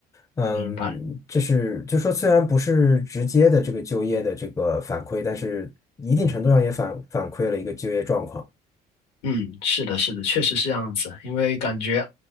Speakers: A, on the left (about 20°); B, on the left (about 85°).
A: 嗯，
B: 明白。
A: 这是就说虽然不是直接的这个就业的这个反馈，但是一定程度上也反反馈了一个就业状况。
B: 嗯嗯，是的，是的，确实是这样子。因为感觉，